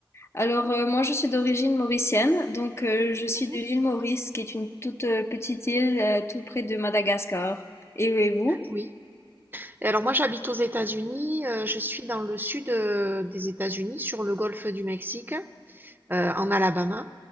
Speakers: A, on the left; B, on the right.
A: Alors euh, moi je suis d'origine mauricienne, donc euh, je suis
B: Mhm.
A: de l'île Maurice qui est une toute euh, petite île euh, tout près de Madagascar. Et, et vous?
B: Oui. Et alors moi, j'habite aux États-Unis. euh, je suis dans le sud euh, des États-Unis, sur le golfe du Mexique, euh, en Alabama.